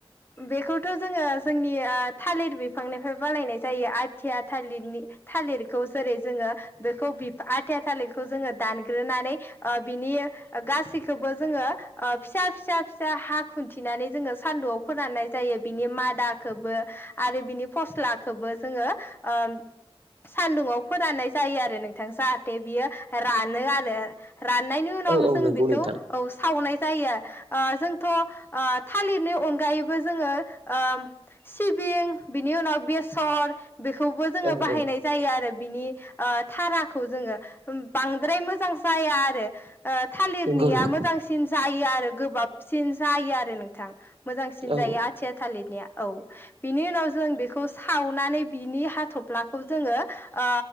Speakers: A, on the left; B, on the right.
A: बेखौथ' जोङो जोंनि ओ थालिर बिफांनिफ्राय बानायनाय जायो आथिया थालिरनि थालिरखौ जेरै जोङो बेखौ बिफ आथिया थालिरखौ जोङो दानग्रोनानै ओ बिनि गासै खौबो जोङो ओ फिसा फिसा फिसा हा खुन्थिनानै जोङो सान्दुआव फोराननाय जायो बिनि मा मादाखौबो आरो बिनि फस्लाखौबो जोङो ओ सान्दुङाव फोराननाय जायो आरो नोंथां जाहाथे बियो रानो आरो राननायनि उनाव
B: औ औ
A: जों
B: नंगौ
A: बेखौ
B: नोंथां
A: औ सावनाय जायो ओ जोंथ' ओ थालिरनि अनगायैबो जोङो ओ सिबिं बिनि उनाव बेसर बेखौबो जोङो
B: औ
A: बाहायनाय
B: औ
A: जायो आरो बिनि ओ थाराखौ जोङो बांद्राय मोजां जाया आरो ओ थालिर
B: नंगौ
A: निया
B: नंगौ
A: मोजांसिन जायो आरो गोबाबसिन जायो आरो नोंथां मोजांसिन जायो
B: औ
A: आथिया थालिरनिया औ बिनि उनाव जों बेखौ सावनानै बिनि हाथ'फ्लाखौ जोङो ओ